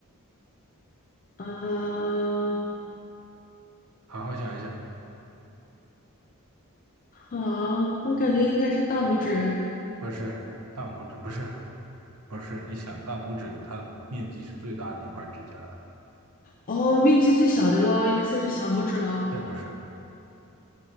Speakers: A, on the left (about 40°); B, on the right (about 85°).
A: 啊，
B: 好好想一想，
A: 好，我感觉应该是大拇指。
B: 不是大拇指，不是不是，你想大拇指它面积是最大的一块指甲了，
A: 哦，面积最小的咯，意思是小拇指咯。
B: 也不是，